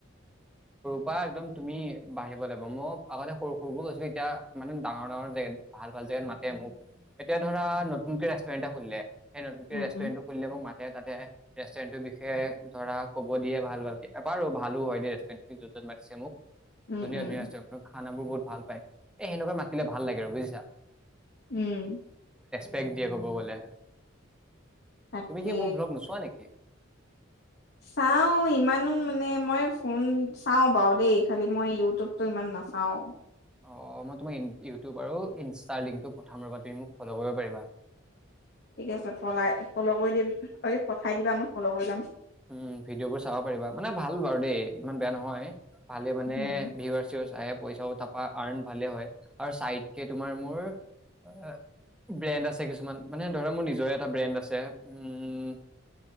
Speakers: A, in the centre; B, on the left.
A: বা একদম তুমি বাঢ়িব লাগিব মই আগতে সৰু সৰুবোৰ গৈছিলো এতিয়া মানে ডাঙৰ ডাঙৰ জেগাত ভাল ভাল জেগাত মাতে মোক এতিয়া ধৰা নতুনকে ৰেষ্টুৰেণ্ট এটা খুলিলে সেই নতুনকে
B: উম
A: ৰেষ্টুৰেণ্টটো
B: উম।
A: খুলিলে মোৰ মাতে তাতে ৰেষ্টুৰেণ্টটোৰ বিষয়ে ধৰা ক'ব দিয়ে ভাল ভালকে এবাৰো ভাল সেইটো হয় দে ৰেষ্টুৰেণ্টটোত যত তত মাতিছে মোক,
B: উম
A: ধুনিয়া
B: উম
A: ধুনীয়া আছে খানাবোৰ বহুত ভাল পায় এই সেনেকুৱা মাতিলে ভাল লাগে আৰু বুজিছা।
B: উম
A: বেগ দিয়ে ক'ব গলে,
B: তাকে।
A: তুমি কি মোৰ ভ্লগ নোচোৱা নেকি?
B: চাওঁ ইমানো মানে মই ফোন চাওঁ বাৰু দেই খালি মই ইউটিউবটো ইমান নাচাওঁ।
A: অ মই তোমাৰ ই ইউটিউব আৰু ইনষ্টাৰ লিংকটো পঠাম ৰ'বা তুমি মোক ফ'ল' কৰিব পাৰিবা।
B: ঠিক আছে ফলাই ফ'ল' কৰি দিম এই পঠাই দিবা মই ফ'ল' কৰি ল'ম।
A: উম ভিডিঅ' বোৰ চাব পাৰিবা মানে ভাল বাৰু দেই ইমান বেয়া নহয়। ভালে মানে
B: উম
A: ভিউৱাৰচ চিউৱাচ আহে। পইচা তাৰপৰা আৰ্ন ভালে হয় আৰু চাইডকে তোমাৰ মোৰ আ, ব্ৰেণ্ড আছে কিছুমান মানে ধৰা মোৰ নিজৰে এটা ব্ৰেণ্ড আছে উম।